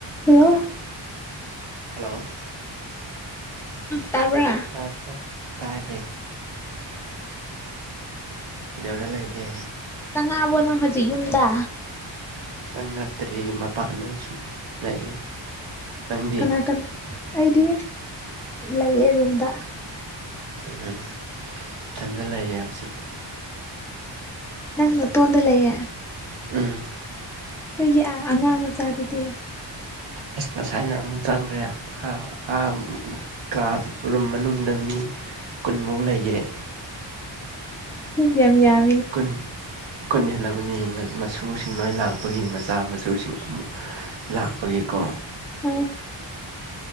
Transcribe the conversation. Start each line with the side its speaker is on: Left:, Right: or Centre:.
Centre: Hello
Right: hello
Centre: ꯇꯥꯕ꯭ꯔꯥ
Right: <unintelligible> ꯀꯧꯗꯧꯔ ꯂꯩꯒꯦ
Centre: ꯆꯪꯉꯕꯣ ꯅꯪ ꯍꯧꯖꯤꯛ ꯌꯨꯝꯗ
Right: ꯆꯪꯉꯛꯇ꯭ꯔꯤ ꯃꯄꯥꯟꯗ ꯁꯨꯝ ꯂꯩ ꯅꯪꯗꯤ
Centre: ꯀꯅꯥ ꯀꯅꯥ ꯑꯩꯗꯤ ꯂꯩꯌꯦ ꯔꯨꯝꯗ
Right: ꯎꯝ ꯏꯊꯟꯗ ꯂꯩꯌꯦ ꯍꯧꯖꯤꯛ
Centre: ꯅꯪ ꯅꯇꯣꯝꯗ ꯂꯩꯌꯦ
Right: ꯎꯝ
Centre: ꯅꯣꯏꯒꯤ ꯑ ꯑꯉꯥꯡ ꯃꯆꯥꯗꯨꯗꯤ
Right: ꯑꯁ ꯉꯁꯥꯢꯅ ꯑꯃꯨꯛ ꯆꯪꯈ꯭ꯔꯦ ꯑ ꯑ ꯀ ꯔꯨꯝ ꯃꯅꯨꯡꯗ ꯃꯤ ꯀꯨꯟꯃꯨꯛ ꯂꯩꯌꯦ
Centre: ꯌꯤꯝ ꯌꯥꯝꯃꯤ
Right: ꯀꯨꯟ ꯀꯨꯟ ꯍꯦꯜꯂꯝꯃꯅꯤ ꯃꯁꯨꯁꯤꯡ ꯂꯣꯏ ꯂꯥꯛꯄꯒꯤ ꯃꯆꯥ ꯃꯁꯨꯁꯤꯡ ꯑꯃꯨꯛ ꯂꯥꯛꯄꯒꯤꯀꯣ
Centre: ꯑꯝ